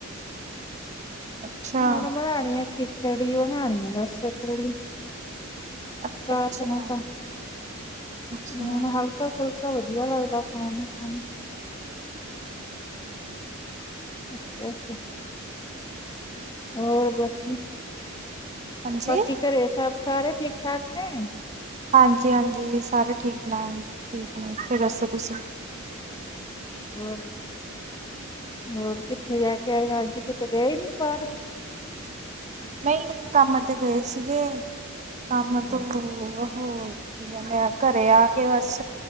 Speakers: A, on the right (about 35°); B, on the left (about 20°).
A: ਅੱਛਾ
B: ਹੁਣ ਬਣਾਣੀ ਆ, ਖਿਚੜੀ ਬਣਾਉਣੀ ਆ ਬਸ ਕੱਲੀ
A: ਅੱਛਾ
B: ਰਾਤ
A: ਅੱਛਾ
B: ਨੂੰ ਤਾਂ,
A: ਅੱਛਾ
B: ਹੁਣ ਹੱਲ ਫੁਲਕਾ ਫੁਲਕਾ ਵਧੀਆ ਲੱਗਦਾ ਖਾਣ ਨੂੰ ਸਾਨੂੰ ਅੱਸ ਕਰ ਕੇ ਹੋਰ ਬਾਕੀ,
A: ਹਾਂਜੀ
B: ਬਾਕੀ ਘਰੇ ਐ ਸਭ, ਸਾਰੇ ਠੀਕ ਠਾਕ ਨੇ
A: ਹਾਂਜੀ-ਹਾਂਜੀ, ਸਾਰੇ ਠੀਕ-ਠਾਕ ਨੇ। ਇੱਥੇ ਦੱਸੋ ਤੁਸੀਂ?
B: ਹੋਰ, ਹੋਰ ਕਿੱਥੇ ਜਾਕੇ ਆਏ ਅੱਜ, ਕਿਤੇ ਗਏ ਨੀ ਬਾਹਰ?
A: ਨਹੀਂ ਕੰਮ ਤੇ ਗਏ ਸੀਗੇ, ਕੰਮ
B: ਅੱਛਾ
A: ਤੋਂ ਹੋ, ਕੀ ਕਹਿੰਦੇ ਘਰੇ ਆਕੇ ਬਸ,